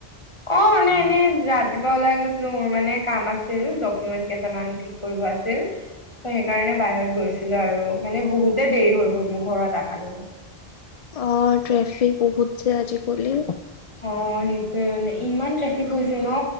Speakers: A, on the left (about 30°); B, on the left (about 45°).
A: অ এনে এনে ৰাতিপুৱা ওলাই গৈছিলো মোৰ মানে কাম আছিল ডকুমেন্ট কেইটামান ফিট কি কৰিব আছিল। ত সেইকাৰণে বাহিৰত গৈছিলো আৰু মানে বহুতে দেৰি হৈ গ'ল মোৰ ঘৰত অহালৈ।
B: অ ট্ৰেফিক বহুত যে আজি-কালি
A: অ সেইটোয়ে মানে ইমান ট্ৰেফিক হৈছে ন